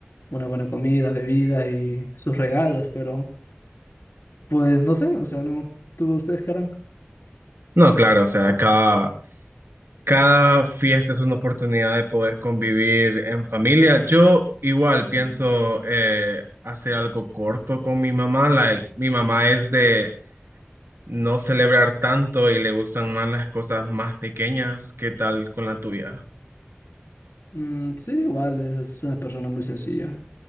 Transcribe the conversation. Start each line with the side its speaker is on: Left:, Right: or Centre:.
Left: una buena comida, bebida y sus regalos, pero pues no sé, o sea, no. ¿Tú, ustedes qué harán?
Right: No, claro, o sea, cada, cada fiesta es una oportunidad de poder convivir en familia. Yo igual pienso eh, hacer algo corto con mi mamá. Like, mi mamá es de no celebrar tanto y le gustan más las cosas más pequeñas. ¿Qué tal con la tuya?
Left: Mm, sí, igual es una persona muy sencilla.